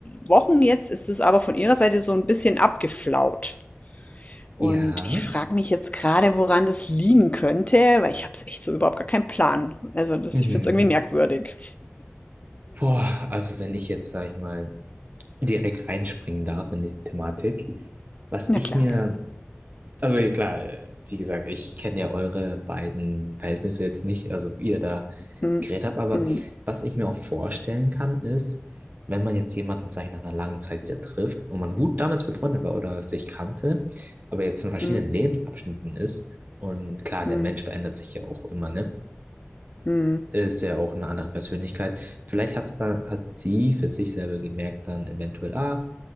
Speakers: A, on the left; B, on the right.
A: Wochen jetzt ist es aber von ihrer Seite so ein bisschen abgeflaut. Und
B: ja,
A: ich frage mich jetzt gerade, woran das liegen könnte, weil ich habe es echt so überhaupt gar keinen Plan. Also, das
B: mhm.
A: ich finde es irgendwie merkwürdig.
B: Boah, also wenn ich jetzt, sag ich mal, direkt reinspringen darf in die Thematik, was
A: Na
B: ich
A: klar.
B: mir, also ja, klar, äh, wie gesagt, ich kenne ja eure beiden Verhältnisse jetzt nicht, also wie ihr da
A: Mhm.
B: geredet habt, aber
A: Mhm.
B: was ich mir auch vorstellen kann, ist, wenn man jetzt jemanden, sag ich, nach einer langen Zeit wieder trifft und man gut damals befreundet war oder sich kannte, aber jetzt in verschiedenen
A: Mhm.
B: Lebensabschnitten ist und klar, der
A: Mhm.
B: Mensch verändert sich ja auch immer, ne?
A: Mhm.
B: ist ja auch eine andere Persönlichkeit. Vielleicht hat's da, hat sie für sich selber gemerkt, dann eventuell, ah,